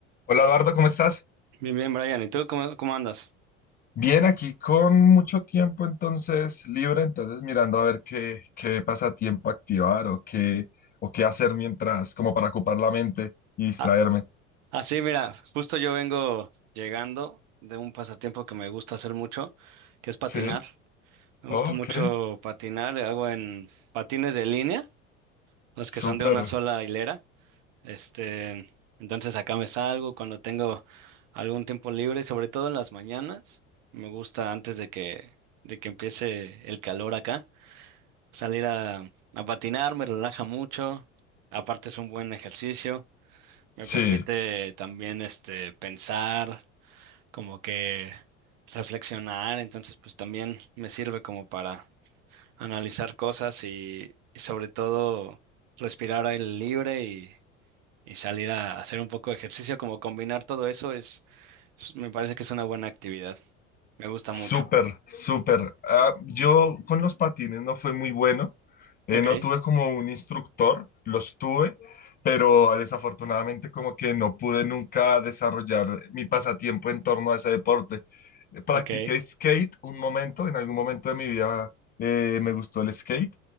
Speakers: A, on the left; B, on the right.
A: Hola Eduardo, ¿cómo estás?
B: Bien, bien, Brian. ¿Y tú cómo, cómo andas?
A: Bien, aquí con mucho tiempo entonces libre, entonces mirando a ver qué, qué pasatiempo activar o qué, o qué hacer mientras, como para ocupar la mente y distraerme.
B: Ah, ah, sí, mira, justo yo vengo llegando de un pasatiempo que me gusta hacer mucho, que es patinar.
A: Sí,
B: Me
A: ok,
B: gusta mucho patinar, hago en patines de línea, los
A: súper,
B: que son de una sola hilera. Este, entonces acá me salgo cuando tengo algún tiempo libre, sobre todo en las mañanas. Me gusta antes de que, de que empiece el calor acá, salir a, a patinar, me relaja mucho. Aparte es un buen ejercicio. Me
A: sí,
B: permite también este pensar, como que reflexionar, entonces pues también me sirve como para analizar cosas y, y sobre todo respirar aire libre y, y salir a hacer un poco de ejercicio, como combinar todo eso es, es- me parece que es una buena actividad. Me gusta
A: súper,
B: mucho.
A: súper. Ah, yo con los patines no fue muy bueno, Eh,
B: Ok,
A: no tuve como un instructor, los tuve, pero desafortunadamente como que no pude nunca desarrollar mi pasatiempo en torno a ese deporte. Eh, Practiqué
B: ok.
A: skate un momento, en algún momento de mi vida eh, me gustó el skate,